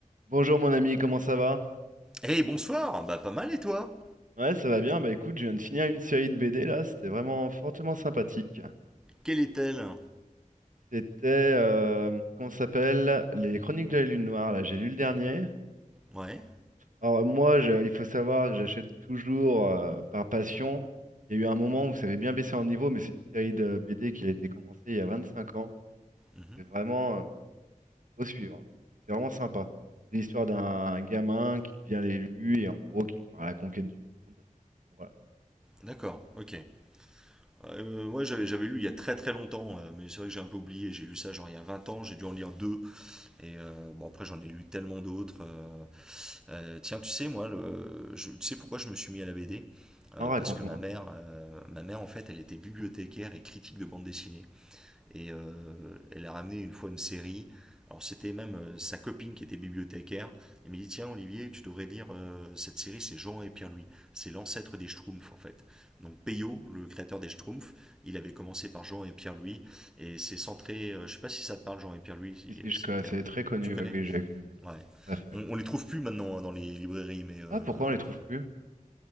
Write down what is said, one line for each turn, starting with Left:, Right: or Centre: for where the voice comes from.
Right: Bonjour mon ami, comment ça va?
Centre: Eh bonsoir, bah pas mal et toi
Right: Ouais, ça va bien. Bah écoute, je viens de finir une série de BD là, c'était vraiment fortement sympathique.
Centre: Quelle est-elle
Right: C'était, euh, comment ça s'appelle? Les Chroniques de la Lune Noire, là, j'ai lu le dernier.
Centre: Ouais.
Right: Alors moi, je- il faut savoir que j'achète toujours euh, par passion. Il y a eu un moment où ça avait bien baissé en niveau, mais c'est une série de BD qui a été commencée il y a 25 ans.
Centre: Mhm.
Right: C'est vraiment, euh, faut suivre. hein. C'est vraiment sympa. C'est l'histoire d'un gamin qui devient l'élu et en gros qui part à la conquête du monde. Enfin, Voilà.
Centre: D'accord, ok. Euh, ouais, j'avais, j'avais lu il y a très très longtemps, euh, mais c'est vrai que j'ai un peu oublié. J'ai lu ça genre il y a 20 ans, j'ai dû en lire deux. Et euh, bon, après j'en ai lu tellement d'autres. euh. Euh, tiens, tu sais, moi, le, je, tu sais pourquoi je me suis mis à la BD Euh,
Right: Non, raconte-moi.
Centre: Parce que ma mère, euh, ma mère en fait, elle était bibliothécaire et critique de bande dessinée. Et euh, elle a ramené une fois une série. Alors c'était même euh, sa copine qui était bibliothécaire. Elle m'a dit tiens Olivier, tu devrais lire euh, cette série, c'est Jean et Pierre-Louis. C'est l'ancêtre des Schtroumpfs en fait. Donc Peyo, le créateur des Schtroumpfs, il avait commencé par Jean et Pierre-Louis. Et c'est centré, euh, je sais pas si ça te parle Jean et Pierre-Louis, si-
Right: Ici,
Centre: euh,
Right: je
Centre: c'était
Right: co- c'est
Centre: un-
Right: très connu,
Centre: tu connais
Right: oui, oui, j'ai effectivement,
Centre: Ouais.
Right: tout à fait.
Centre: On, on les trouve plus maintenant hein, dans les librairies, mais euh,
Right: Ah, pourquoi on les trouve plus?